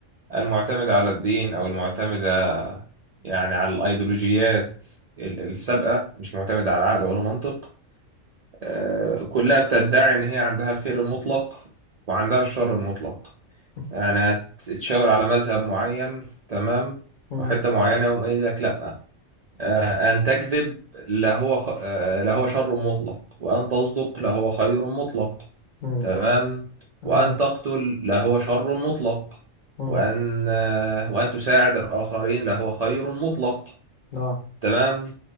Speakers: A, on the right; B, on the left.
A: المعتمدة على الدين أو المعتمدة يعني على الأيديولوجيات ال- السابقة مش معتمدة على عقل ولا منطق آه، كلها بتدعي إن هي عندها الخير المطلق وعندها الشر المطلق
B: <laughs>
A: يعني هتتشاور على مذهب معين تمام
B: مم.
A: وحتة معينة يقوم قايل لك لأ آه، أن تكذب لهو خ... آه، لهو شر مطلق وأن تصدق لهو خير مطلق
B: مم.
A: تمام
B: تمام
A: وأن تقتل لهو شر مطلق
B: مم.
A: وأن آه، وأن تساعد الآخرين لهو خير مطلق
B: اه
A: تمام